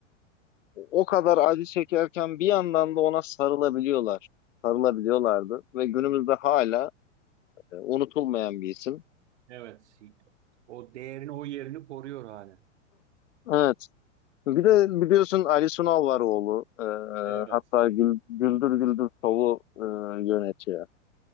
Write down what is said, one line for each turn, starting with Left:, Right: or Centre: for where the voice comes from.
Left: o kadar acı çekerken bir yandan da ona sarılabiliyorlar. Sarılabiliyorlardı ve günümüzde hala e, unutulmayan bir isim.
Right: Evet. O değerini, o yerini koruyor hala.
Left: Evet. Bir de biliyorsun Ali Sunal var oğlu. E, e,
Right: Evet.
Left: hatta Gül- Güldür Güldür Show'u e, yönetiyor.